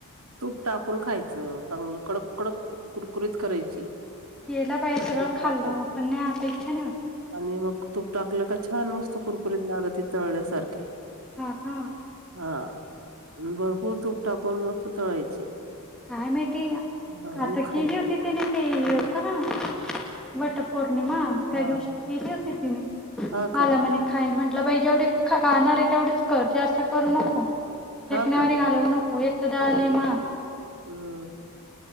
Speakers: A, on the right; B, in the centre.
A: तूप टाकून खायचं चांगलं कडक कडक कुरकुरीत करायची
B: केलं पाहिजे सगळं
A: तूप
B: खाल्ल
A: टाकून.
B: पण नाही आता इच्छा नाही होती
A: आणि मग तूप टाकलं का छान मस्त कुरकुरीत लाग ती तळण्यासारखी
B: हा का
A: हा म भरपूर तूप टाकून मस्त तळायची
B: काय माहिती
A: हा
B: आता
A: आणि खायची.
B: केली होती तने ते होत ना वट पौर्णिमा
A: हा
B: त्या दिवशी केली होती तिने
A: हा
B: मला
A: का
B: म खाय म्हण म्हलं बाई जेवढी गाणारे तेवढीच कर जास्त करू नको फेकण्या
A: हा का
B: वी घालवू नको तरदाले मग
A: हम्म